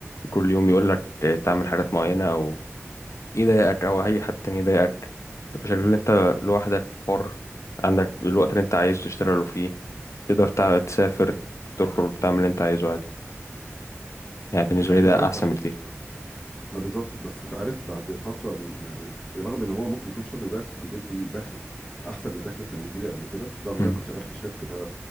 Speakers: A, on the left; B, on the left.
A: كل يوم يقول لك تعمل حاجات معينه يضايقك او اي حد تاني يضايقك تبقى شغال انت لوحدك حر عندك الوقت اللي انت عايزه تشتغله فيه تقدر تع- تسافر تخرج تعمل اللي انت عايزه عادي يعني بالنسبة
B: انت
A: لي ده
B: عارف
A: احسن
B: بحس
A: بكتير
B: شويه ما بالظبط بس انت عارف بعد فتره م- يعني رغم ان هو ممكن يكون الشغل دلوقتي بيجيب لي دخل احسن من الدخل اللي كان بيجي لي قبل كده رغم ان
A: مم.
B: انا كنت شغال في شركه